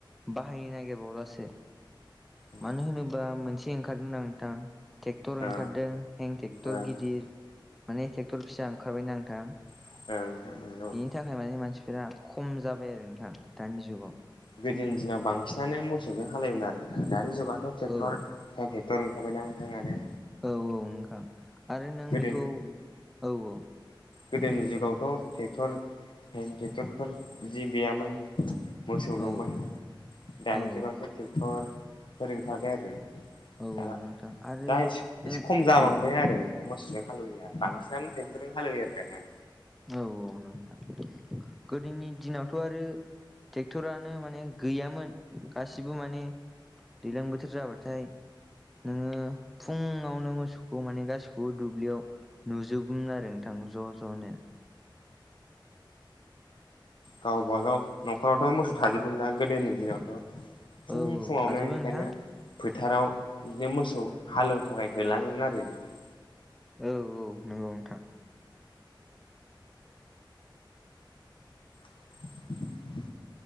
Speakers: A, in the centre; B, on the left.
A: बाहाय नायगिर बावलासो
B: ओ
A: मानो होनोबा मोनसे ओंखारदों आं नोंथां ट्रेक्टर
B: ओ
A: ओंखारदों हें ट्रेक्टर
B: ओ
A: गिदिर माने ट्रेक्टर फिसा ओंखारबायना नोंथां
B: <unintelligible>
A: नि थाखाय माने मानसिफोरा खम जाबाय आरो नोंथां दानि जुगाव
B: गोदोनि दिनाव बांसिनानो मोसौजों हालेवयोमोन आरो दानि जुगावथ' ट्रेक्टर
A: औ
B: कनट्रेक्टर ओंखारबाय दा नोंथाङा आरो
A: औ औ नोंथां आरो नों
B: गोदो
A: बेखौ औ औ
B: गोदोनि जुगावथ' टेक्टर ह टेक्टरफोर बिदि गैयामोन मोसौल'मोन
A: औ
B: दानि
A: औ
B: जुगावथ' टेक्टरफोर ओंखारबाय आरो
A: औ
B: दाना
A: नोंथां आरो
B: दा एसे
A: नों
B: खम जालांबाय
A: औ
B: आरो मोसौजों हाले्यो आरो बांसिनानो टेक्टरजों हालेवयो आरो दाना
A: औ औ नोंथां गोदोनि दिनावथ' आरो टेक्टरानो माने गैयामोन गासिबो माने दैज्लां बोथोर जाबाथाय नोङो फुङावनो मोसौखौ माने गासिखौबो दुब्लियाव नुजोबोमोन आरो नोंथां ज' ज'नो
B: गावबा गाव न'खरावथ' मोसौ थाजोबो ना गोदोनि दिनावथ' फुं
A: औ औ
B: फुङावनो
A: थाजोबो
B: ओंखायनो
A: नोंथां
B: फोथाराव बिदिनो मोसौ हालेवनो थाखाय होलाङोमोन आरो बिदिनो
A: औ औ नंगौ नोंथां
B: <inaudible>